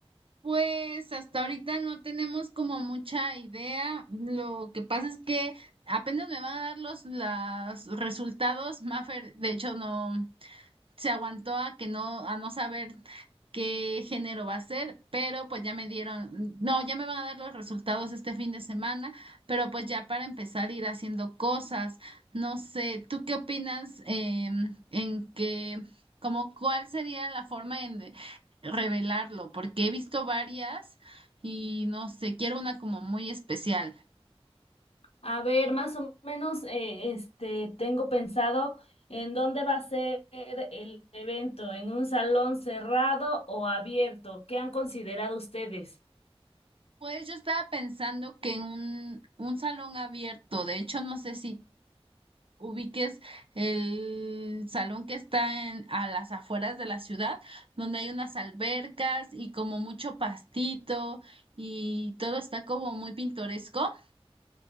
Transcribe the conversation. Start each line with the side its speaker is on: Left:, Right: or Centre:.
Right: Pues hasta ahorita no tenemos como mucha idea. Lo que pasa es que apenas me van a dar los las resultados. Mafer, de hecho, no se aguantó a que no, a no saber qué género va a ser, pero pues ya me dieron, no, ya me van a dar los resultados este fin de semana, pero pues ya para empezar a ir haciendo cosas, no sé, ¿tú qué opinas em, en que, como cuál sería la forma en de revelarlo? Porque he visto varias y no sé, quiero una como muy especial.
Left: A ver, más o menos, eh, este, tengo pensado en dónde va a ser el evento, en un salón cerrado o abierto. ¿Qué han considerado ustedes?
Right: Pues yo estaba pensando que en un, un salón abierto, de hecho no sé si ubiques el salón que está en, a las afueras de la ciudad, donde hay unas albercas y como mucho pastito y todo está como muy pintoresco.